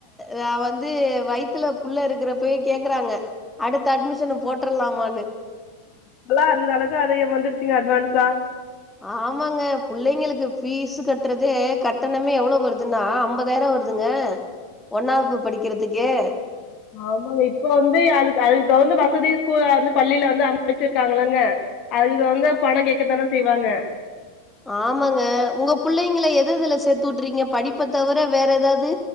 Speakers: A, in the centre; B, on the left (about 35°).
A: நான் வந்து வயத்துல புள்ள இருக்கிறப்பவே கேக்குறாங்க அடுத்த அட்மிஷன் போட்டுரலாமான்னு
B: இப்பலாம் அந்த அளவுக்கு அதையும் வந்துருச்சுங்க அட்வான்ஸா
A: ஆமாங்க பிள்ளைங்களுக்கு பீஸ் கட்டுறது கட்டணமே எவ்வளவு வருதுன்னா ஐம்பதாயிரம் வருது ங்க ஒன்னாப்பு படிக்கிறதுக்கே
B: ஆமாங்க இப்போ வந்து அதுக்கு அதுக்கு தகுந்த வசதி வந்து பள்ளியில வந்து அமைச்சிருக்காங்களங்க அதுக்கு வந்து பணம் கேக்கதானே செய்வாங்க
A: ஆமாங்க உங்க புள்ளைங்களை எது எதுல சேர்த்து விட்டுறீங்க படிப்ப தவிர வேற எதாவது